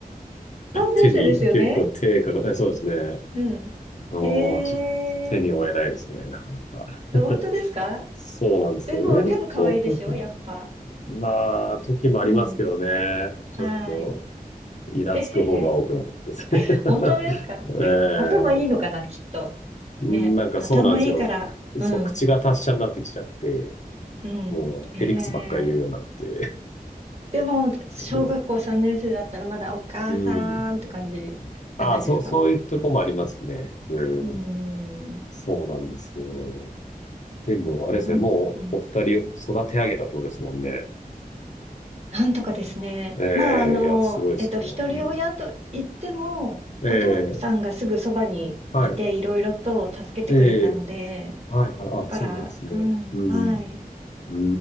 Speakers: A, on the right; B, on the left.
A: 3年生ですよね。
B: 手に、結構手が、えそうですね。
A: うん。
B: もう、
A: へえ。
B: ちょっと手に負えないですね、なかなか。<laughs>
A: 本当ですか
B: そうなんですよ。
A: でも、
B: 上の子は結構、
A: でも可愛いでしょやっぱ。
B: まあ、時もありますけどね。
A: うん。
B: ちょっと、
A: はい。
B: イラつく方が多くなってきてですね。
A: <laughs> へへへ。本当ですか頭いいのかなきっと。
B: <laughs> ええなんかそうなんですよ。
A: ね。頭いいから。
B: くくそう、
A: うん。
B: 口が達者になってきちゃって、
A: うん。
B: もう、
A: へ
B: へりくつばっかり言うようになって。
A: え。でも、小学校3年生だったらまだお母さんって感じじゃないですか
B: <laughs> うん。ああ、そう、そういうとこもありますね。うん。
A: うん。い
B: そうなんですよ。でも、あれですね、
A: やほんうん。
B: もう、お二人を育て上げたってことですもんね。
A: なんとかですね。
B: ええいや、
A: まあ、あの、
B: すごいですね。
A: えっと、一人親と言っても、
B: うん。ええ
A: お父さんがすぐそばにいて、
B: はい。
A: いろいろと助けてくれたので、
B: ええ、はいはい、あ、
A: だから、
B: そうなんですね。
A: うん、
B: うん、
A: はい。
B: うー